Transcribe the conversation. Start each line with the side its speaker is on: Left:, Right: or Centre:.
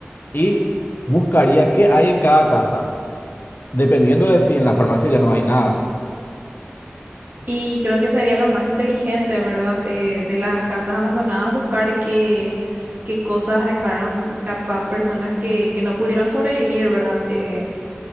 Left: Y buscaría qué hay en cada casa. Dependiendo de si en la farmacia ya no hay nada.
Right: Y creo que sería lo más inteligente, ¿verdad? De, de las casas abandonadas, buscar qué, qué cosas dejaron capaz personas que, que no pudieron sobrevivir, ¿verdad? Eh,